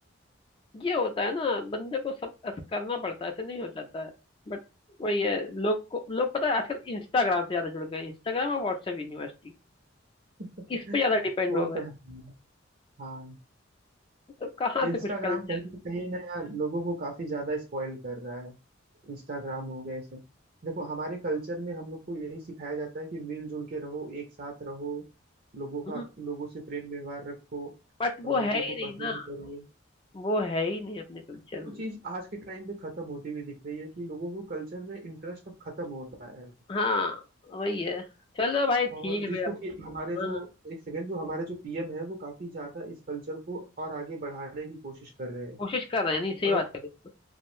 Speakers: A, on the left (about 25°); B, on the right (about 50°).
A: ये होता है ना बंदे को सब ऐसा करना पड़ता है ऐसे नहीं हो जाता है बट वही है लोग को लोग पता है आजकल इंस्टाग्राम से ज्यादा जुड़ गए इंस्टाग्राम और व्हाट्सएप यूनिवर्सिटी
B: <laughs>
A: इस पे ज्यादा डिपेंड
B: वो
A: हो
B: तो
A: गए
B: है हाँ
A: तो कहाँ
B: इंस्टाग्राम
A: से कुछ कल्चर
B: कहीं ना कहीं ना यार लोगों को काफी ज्यादा स्पॉइल कर रहा है इंस्टाग्राम हो गए सब देखो हमारे कल्चर में हम लोग को यही सिखाया जाता है कि मिलजुल के रहो एक साथ रहो लोगों
A: हम्म
B: का लोगों से प्रेम व्यवहार रखो
A: बट वो
B: और लोगों
A: है ही
B: को
A: नहीं
B: पसंद
A: ना
B: करो
A: वो है ही नहीं अपने कल्चर
B: वो
A: में
B: चीज आज के टाइम पे खत्म होती हुई दिख रही है कि लोगों को कल्चर में इंटरेस्ट अब खत्म हो रहा है
A: हाँ वही है चलो भाई ठीक
B: और
A: है
B: जिसको
A: फिर
B: कि
A: हाँ
B: हमारे जो
A: हाँ,
B: एक सेकेंड जो हमारे जो पीएम है वो काफी ज्यादा इस कल्चर को और आगे बढ़ाने की कोशिश कर रहे हैं
A: कोशिश कर रहे हैं नहीं सही
B: पर
A: बात कर रहे हो।